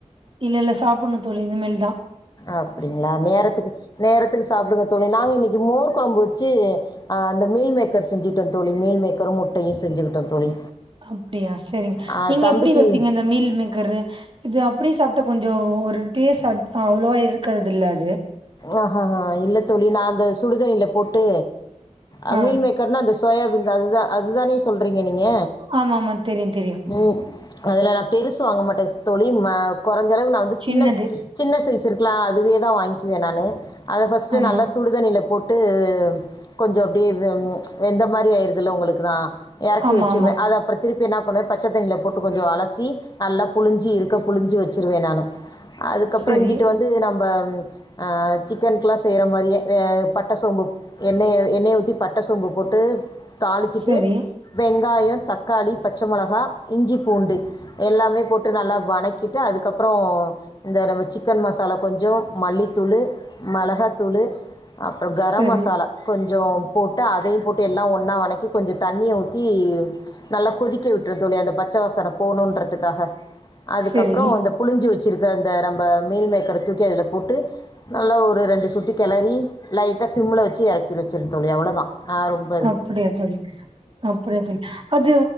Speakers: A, on the right; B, on the left.
A: இல்லல்ல சாப்புட்ணு தோழி இனி மேல்தா
B: அப்டிங்களா நேரத்துக்கு நேரத்துக்கு சாப்டுங்க தோழி நாங்க இன்னைக்கி மோர் கெழம்பு வச்சு ஆ அந்த மீல் மேக்கர் செஞ்சுட்டோ தோழி மீல் மேக்கரு முட்டையு செஞ்சுகிட்டோ தோழி
A: அப்பிடியா செரி
B: ஆ
A: நீங்க
B: தம்பிக்கு
A: எப்பிடி வெப்பீங்க இந்த மீல் மே கரு இது அப்படியே சாப்பிட்டா கொஞ்சோ ஒரு டேஸ் அட் அவ்ளோவா இருக்காதுல்ல அது
B: ஓஹோ இல்ல தோழி நா அந்த சுடுதண்ணில போட்டு அ
A: ஆ
B: மீல் மேக் கர்னா அந்த சோயாபீன் அதுதா அது தானே சொல்றீங்க நீங்க
A: ஆமாமா தெரியு தெரியு
B: ம் அதுல நா பெருசு வாங்க மாட்டே ஸ் தோழி ம்ம கொறைஞ்சளவு நா வந்து
A: சின்னது
B: சின்னத் சின்ன சைஸ்ருக்கலா அதுவே தா வாங்கிக்குவே நானு அத ஃபஸ்ட்டு
A: ஆமா.
B: நல்லா சுடுதண்ணியில போட்டு கொஞ்சோ அப்டியே வெ வெந்த மாரி ஆயிருதுல உங்களுக்கு தா எறக்கி
A: ஆமாமா.
B: வெச்சிருவே அத அப்புற திருப்பி என்ன பண்ணுவே பச்சத்தண்ணியில போட்டு கொஞ்சோ அலசி நல்லா புழிஞ்சி இருக்க புழிஞ்சி வெச்சுருவே நானு அதுக்கப்புறோ
A: சரி
B: இங்கட்டு வந்து நம்ப ஆ சிக்கன்க்குலா செய்ற மாரியே அ பட்ட சோம்பு எண்ணெய எண்ணெயை ஊத்தி பட்ட சோம்பு போட்டு தாளிச்சிட்டு
A: சரி
B: வெங்காயோ தக்காளி பச்ச மெளகா இஞ்சி பூண்டு எல்லாமே போட்டு நல்லா வணக்கிட்டு அதுக்கப்புறோ இந்தடவ சிக்கன் மசாலா கொஞ்சோ மல்லி தூளு மெளகாத்தூளு அப்புறோ கரம்
A: சரி
B: மசாலா கொஞ்சோ போட்டு அதையு போட்டு எல்லா ஒன்னா வணக்கி கொஞ்சோ தண்ணிய ஊத்தி நல்லா கொதிக்க விட்டறுனு தோழி அந்த பச்ச வாசனோ போணுன்றதுக்காக அதுக்கப்புறோ
A: சரி.
B: அந்த புளிஞ்சு வச்சிருக்க அந்த ரம்ப மீல் மேக்கர தூக்கி அதுல போட்டு நல்லா ஒரு ரெண்டு சுத்தி கெளறி லைட்டா சிம்ல வச்சு எறக்கி வச்சுருனு தோழி அவ்ளோதா ஆ ரொம்ப
A: அப்பிடியா தோழி அப்பிடியா தோழி அது